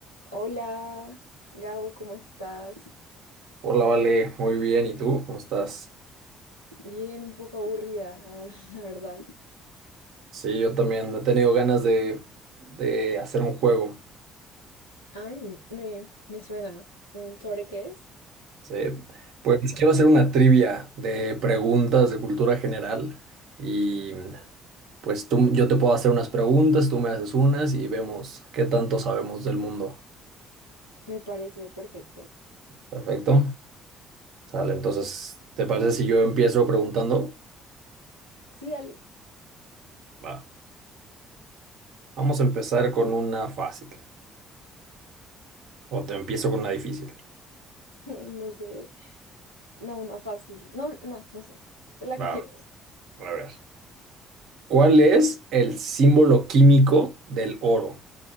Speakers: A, on the left; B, on the right.
A: Hola, Gabo, ¿cómo estás?
B: Hola, Vale, muy bien. ¿Y tú? ¿Cómo estás?
A: Bien, un poco aburrida, <laughs> la verdad.
B: Sí, yo también he tenido ganas de, de hacer un juego.
A: Ay, me, me suena. Mm, ¿Sobre qué es?
B: Sí, pues quiero hacer una trivia de preguntas de cultura general y pues tú, yo te puedo hacer unas preguntas, tú me haces unas y vemos qué tanto sabemos del mundo.
A: Me parece perfecto.
B: Perfecto. Sale, entonces, ¿te parece si yo empiezo preguntando?
A: Sí, dale.
B: Va. Vamos a empezar con una fácil o te empiezo con una difícil.
A: <laughs> Ay, no sé. No, una fácil. No, no, no sé. La
B: Va,
A: que quieras.
B: a ver. ¿Cuál es el símbolo químico del oro?